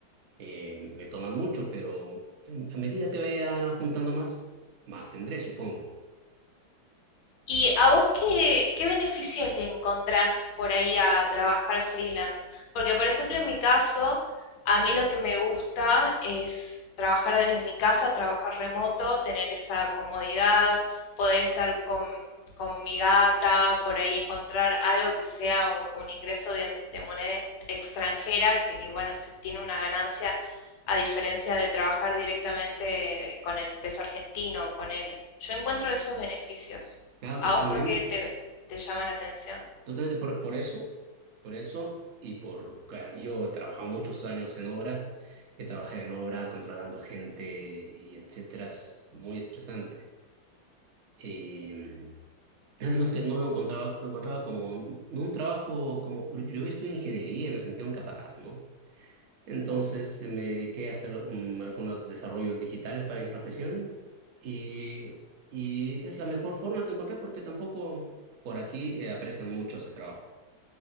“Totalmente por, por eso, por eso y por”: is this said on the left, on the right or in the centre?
Right